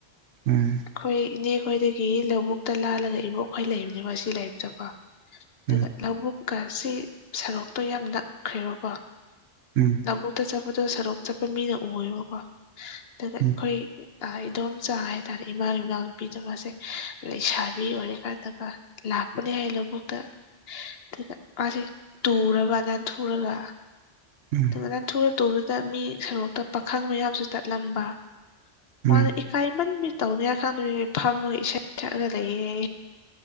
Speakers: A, on the right; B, on the left.
A: ꯎꯝ
B: ꯑꯩꯈꯣꯏ ꯏꯅꯦ ꯈꯣꯏꯗꯒꯤ ꯂꯧꯕꯨꯛꯇ ꯂꯥꯜꯂꯒ ꯏꯕꯣꯛꯈꯣꯏ ꯂꯩꯕꯅꯦꯕ ꯑꯁꯤ ꯂꯩꯕꯗꯀꯣ ꯑꯗꯨꯒ
A: ꯎꯝ
B: ꯂꯧꯕꯨꯛꯀ ꯁ‌‌ꯤ ꯁꯔꯣꯛꯇꯣ ꯌꯥꯝ ꯅꯛꯈ꯭ꯔꯦꯕꯀꯣ
A: ꯎꯝ
B: ꯂꯕꯨꯨꯛꯇ ꯆꯠꯄꯗꯣ ꯁꯣꯔꯣꯛ ꯆꯠꯄ ꯃꯤꯅ ꯎꯌꯦꯕꯀꯣ ꯑꯗꯨꯒ ꯑꯩꯈꯣꯏ
A: ꯎꯝ
B: ꯑ ꯏꯗꯣꯝꯆꯥ ꯍꯥꯏꯇꯥꯔꯦ ꯏꯃꯥꯒꯤ ꯃꯅꯥꯎꯄꯤꯗꯣ ꯃꯥꯁꯦ ꯂꯩꯁꯥꯕꯤ ꯑꯣꯏꯔꯤꯀꯥꯟꯗꯀ‌ꯣ ꯂꯥꯛꯄꯅ‌ꯦ ꯍꯥꯏꯌ‌ꯦ ꯂꯕꯨꯛꯇ ꯑꯗꯨꯒ ꯃꯥꯁ‌ꯦ ꯇꯨꯔꯕ ꯅꯥꯟꯊꯨꯔꯒ
A: ꯎꯝ
B: ꯑꯗꯨꯒ ꯅꯥꯟꯊꯨꯔ ꯇꯨꯕꯗꯨꯗ ꯃꯤ ꯁꯣꯔꯣꯛꯇ ꯄꯥꯈꯪ ꯃꯌꯥꯝꯁꯨ ꯆꯠꯂꯝꯕ
A: ꯎꯝ
B: ꯃꯥꯗ‌ꯣ
A: ꯎꯝ
B: ꯏꯀꯥꯏꯃꯟꯕꯩ ꯇꯧꯅꯤꯡꯉꯥꯏ ꯈꯪꯗꯕꯩ ꯐꯝꯃꯒ ꯏꯁꯩ ꯁꯛꯑꯒ ꯂꯩꯌꯦ